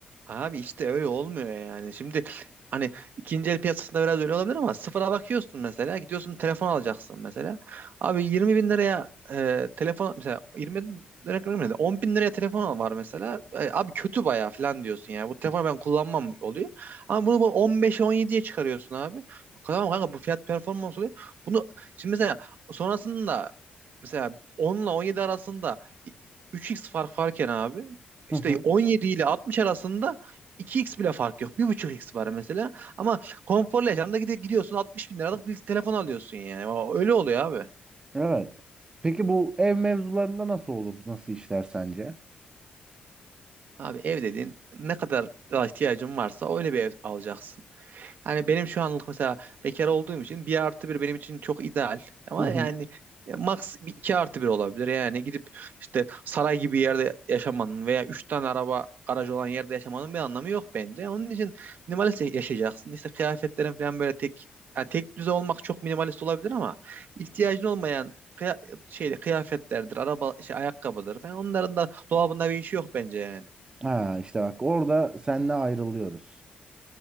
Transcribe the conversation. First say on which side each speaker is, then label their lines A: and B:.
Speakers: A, on the right; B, on the right.
A: Abi işte öyle olmuyor yani. Şimdi hani ikinci el piyasasında biraz öyle olabilir ama sıfıra bakıyorsun mesela. Gidiyorsun telefon alacaksın mesela. Abi 20 bin liraya e, telefon mesela 20 bin liraya görmedim de bin liraya telefon var mesela. E, abi kötü bayağı falan diyorsun ya. Bu telefonu ben kullanmam oluyor. Ama bunu bu 15'e 17'ye çıkarıyorsun abi. Tamam kanka bu fiyat performans oluyor. Bunu şimdi mesela sonrasında mesela 10 ile 17 arasında 3x fark varken abi işte
B: Hı hı.
A: 17 ile 60 arasında 2x bile fark yok. bir buçuk x var mesela. Ama konforlu yaşamda gidi- gidiyorsun 60 bin liralık bir telefon alıyorsun yani. O- Öyle oluyor abi.
B: Evet. Peki bu ev mevzularında nasıl olur? Nasıl işler sence?
A: Abi ev dediğin ne kadar ihtiyacın varsa öyle bir ev alacaksın. Yani benim şu anlık mesela bekar olduğum için bir artı bir benim için çok ideal. Ama
B: Hı hı.
A: yani max bir iki artı bir olabilir. Yani gidip işte saray gibi yerde yaşamanın veya üç tane araba garaj olan yerde yaşamanın bir anlamı yok bence. Onun için minimalist yaşayacaksın. İşte kıyafetlerin falan böyle tek yani tek düze olmak çok minimalist olabilir ama ihtiyacın olmayan kıya- şeyde kıyafetlerdir, araba şey ayakkabıdır falan onların da dolabında bir işi yok bence yani.
B: Ha işte bak orada seninle ayrılıyoruz.